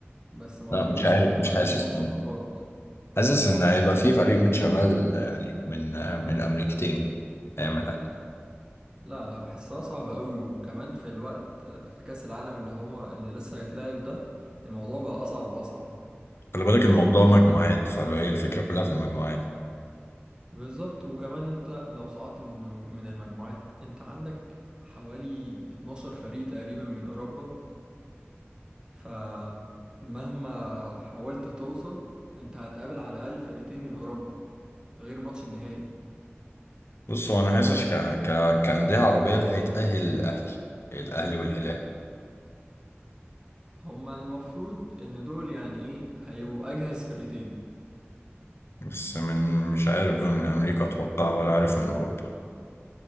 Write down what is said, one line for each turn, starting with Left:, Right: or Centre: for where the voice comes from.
Right: بس ما
Left: لا
Right: اعتقدش
Left: مش عارف
Right: ان انتوا
Left: مش
Right: هتجيبوا
Left: حاسس
Right: صفقات
Left: من حاسس إن هيبقى في فريق من شمال يعني من من أمريكتين هيعمل حاجة
Right: لا لا بحسها صعبة قوي وكمان في الوقت في كأس العالم اللي هو اللي لسه هيتلعب ده الموضوع بقى اصعب واصعب
Left: خلي بالك
Right: انت
Left: الموضوع مجموعات
Right: عندك
Left: فهي الفكرة كلها في المجموعات
Right: بالظبط وكمان انت لو صعدت من المج- من المجموعات انت عندك حوالي 12 فريق تقريبا من اوروبا فمهما حاولت توصل انت هتقابل على الاقل فرقتين من اوروبا غير ماتش النهائي
Left: بص هو أنا حاسس ك... ك... كأندية عربية اللي هيتأهل الأهلي الأهلي والهلال
Right: هما المفروض ان دول يعني ايه هيبقوا اجهز فرقتين
Left: بس من مش عارف بقى من أمريكا أتوقع ولا عارف من أوروبا